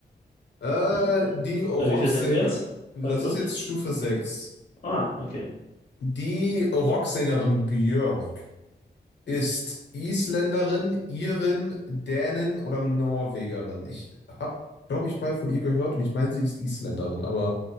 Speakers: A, on the left; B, on the left.
A: Äh,
B: Mhm.
A: die Rocksänger,
B: Bei wie viel sind wir jetzt?
A: das
B: Bei fünf?
A: ist jetzt Stufe 6.
B: Ah, okay.
A: Die Rocksängerin Björk ist Isländerin, Irin, Dänin oder Norwegerin. Ich habe, glaube ich, mal von ihr gehört und ich meine, sie ist Isländerin, aber